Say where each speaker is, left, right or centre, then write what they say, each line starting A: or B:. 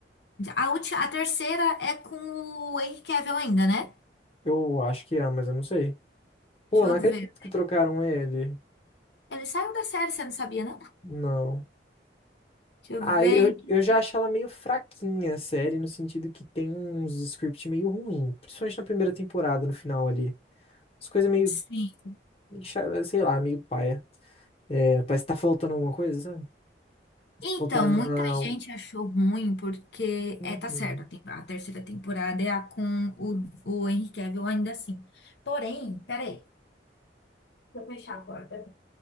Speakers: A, on the left (about 70°); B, on the left (about 35°).
A: A, ulti... a terceira é com o Henry Cavill ainda, né?
B: Eu acho que é, mas eu não sei. Pô,
A: Deixa eu
B: não acredito
A: ver.
B: que trocaram ele.
A: Ele saiu da série, você não sabia, não?
B: Não.
A: Deixa eu
B: Ah,
A: ver.
B: eu,
A: em que
B: eu já acho ela meio fraquinha, a série, no sentido que tem uns script meio ruim, principalmente na primeira temporada, no final ali. As coisas meio,
A: Sim.
B: meio cha- sei lá, meio paia. É, parece que tá faltando alguma coisa, sabe?
A: Então,
B: Tá faltando uma.
A: muita gente achou ruim porque
B: Uhum.
A: é, tá certo, a tem- a terceira temporada é a com o, o Henry Cavill ainda assim. Porém, peraí, deixa eu fechar a porta.